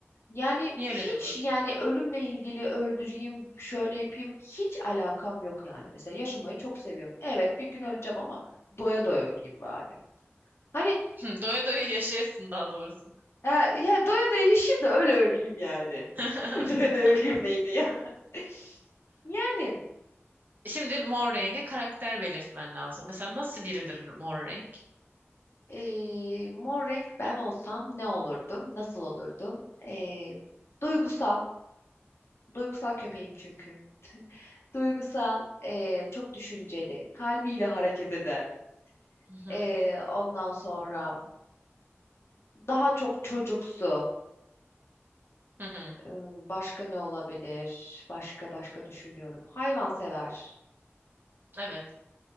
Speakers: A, on the left; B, on the right.
A: Yani
B: Niye
A: hiç
B: öyle diyorlar ki?
A: yani ölümle ilgili öldüreyim, şöyle yapayım hiç alakam yok yani. Mesela yaşamayı çok seviyorum. Evet bir gün öleceğim ama doya doya öleyim bari. Hani
B: <laughs> Doya doya yaşayasın daha doğrusu.
A: e, ya doya doya yaşayayım da öyle öleyim yani.
B: <laughs>
A: <laughs> Doya doya öleyim neydi ya? <laughs> Yani
B: Şimdi mor rengi karakter belirtmen lazım. Mesela nasıl biridir mor renk?
A: e, mor renk ben olsam ne olurdum? Nasıl olurdum? E, duygusal. Duygusal köpeğim çünkü. <laughs> Duygusal, e, çok düşünceli, kalbiyle hareket eden.
B: Hı hı.
A: Ee, ondan sonra daha çok çocuksu.
B: Hı hı.
A: Im, Başka ne olabilir? Başka başka düşünüyorum. Hayvansever.
B: Evet.